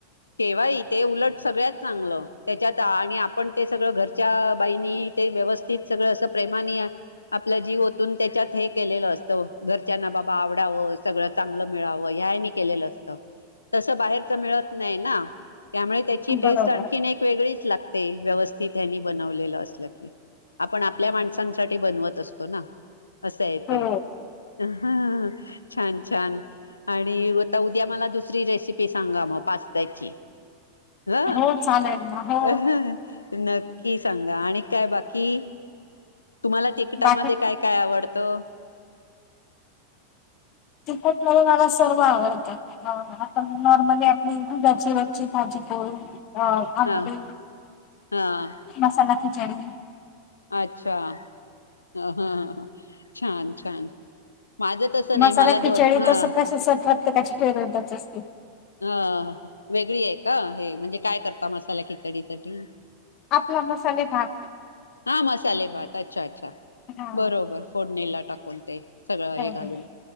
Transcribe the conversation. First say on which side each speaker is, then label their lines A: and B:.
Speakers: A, on the left; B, on the left.
A: केव्हा ही ते उलट सगळ्यात चांगलं त्याच्यात आणि आपण ते सगळं घरच्या बाईनी ते व्यवस्थित. तीच सगळं असं प्रेमाने. आपलं जीव ओतून त्याच्यात हे केलेलं असतं घरच्यांना बाबा आवडावं सगळं चांगलं मिळावं ह्या. केलेलं असतं.
B: ब्लांक ऑडिओ
A: तस बाहेरच मिळत नाही ना त्यामुळे त्याची
B: बरोबर
A: टेस्ट आणखी एक वेगळीच लागते व्यवस्थित ह्या नी बनवलेलं असलं की आपण आपल्या माणसांसाठी बनवत असतो ना असं य
B: हो
A: ते ह छान छान आणि उता उद्या मला दुसरी रेसिपी सांगा मग पा त्याची हा
B: हो चालेल ना हो
A: अ नक्की सांगा आणि काय बाकी तुम्हाला तिकटामध्ये
B: बाकी
A: काय काय आवडतं.
B: तिकट मधेमला सर्व आवडतं. ह आपण नॉर्मली आपली घरचे वरची भाजी पोळी. अ आंबे
A: हा हा
B: मसाला खिचडी
A: अच्छा ह हा ह ह छान छान. माझं तसं नाही
B: मसाला
A: मला
B: खिचडी
A: दो हा
B: तस कस प्रत्यकाची फेवरेटच असते.
A: ह वेगळी आहे का हे म्हणजे काय करता मसाल्या खिचडीसाठी
B: आपला मसाले भात.
A: हा मसाले भात अच्छा अच्छा
B: हा
A: बरोबर फोडणीला टाकून ते सगळं
B: बरोबर.
A: हे घालून